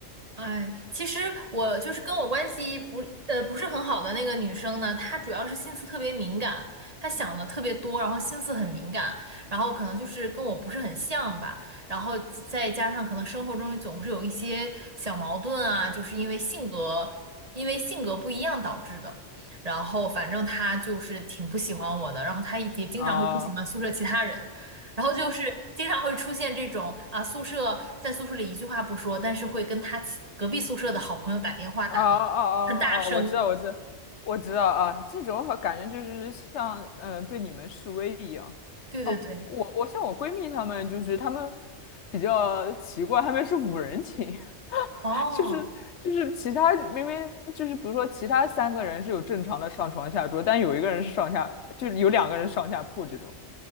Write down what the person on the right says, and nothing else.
哎，其实我就是跟我关系不呃不是很好的那个女生呢，她主要是心思特别敏感，她想的特别多，然后心思很敏感，然后可能就是跟我不是很像吧，然后再加上可能生活中总是有一些小矛盾啊，就是因为性格因为性格不一样导致的，然后反正她就是挺不喜欢我的，然后她也经常会不喜欢宿舍其他人。
然后就是经常会出现这种啊，宿舍在宿舍里一句话不说，但是会跟他其隔壁宿舍的好朋友打电话打的很大声。
对对对，
哦